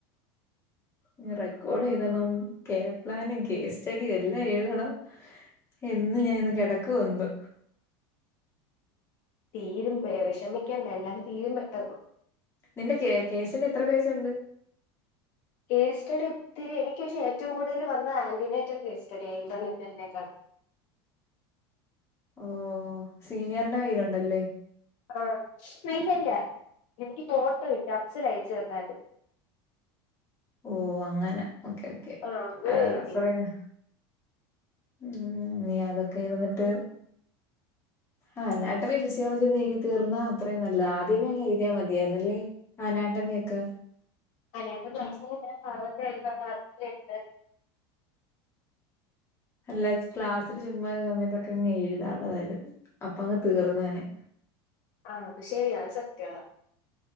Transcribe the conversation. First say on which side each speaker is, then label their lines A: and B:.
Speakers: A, on the left; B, on the left.
A: ഇനി റെക്കോർഡ് എഴുതണം കേർ പ്ലാനും കേസ്റ്റഡിയും എല്ലാം എഴുതണം. എന്ന് ഞാൻ ഇന്ന് കെടക്കുവോ എന്തോ
B: തീരും പേ വെഷമിക്കണ്ട എല്ലാം തീരും പെട്ടെന്ന്
A: നിന്റെ കേ കേസിന്റെ എത്ര പേജുണ്ട്
B: കേസ് സ്റ്റഡിഒത്തിരി എനിക്ക് പക്ഷെ ഏറ്റവും കൂടുതൽ വന്ന ആന്റിനേറ്റ കേസ് സ്റ്റഡിആയിനു ഇന്റർനെറ്റിനേക്കാൾ
A: ഓഹ് സീനിയർന്റെ കൈയിലുണ്ടല്ലേ
B: ആഹ് പിന്നല്ലേ എനക്ക്ഫോട്ടോ കിട്ടിട് അപ്സൽ അയച്ചു തന്നാരുന്നു.
A: ഓഹ് അങ്ങനെ ഓക്കെ ഓക്കെ
B: ആഹ് അങ്ങനെ
A: അ
B: എഴുതിയത്
A: റഫർ ചെയത് ഉം നീ അതൊക്കെ ഇരുന്നിട്ട് ആ് നാട്ടമി ഫിസോളജിന്ന് എഴുതി തീർന്നാ അത്രയും നല്ലത് ആദ്യമേ അങ്ങ ഴുതിയാൽ മതിയായിരുന്നല്ലേ. ആഹ് നാട്ടമിയൊക്ക
B: അല്ലെ ന ഭഗ <unintelligible>
A: അല്ലാ ക്ലാസ്സില് ചുമ്മാരുന്ന സമയത്തൊക്കെ ഇങ്ങ് എഴുതാനുള്ളതായിരുന്നു അപ്പ അങ്ങ് തീർന്ന തനെ
B: ആഹ് അതു ശരിയാണ് സത്യ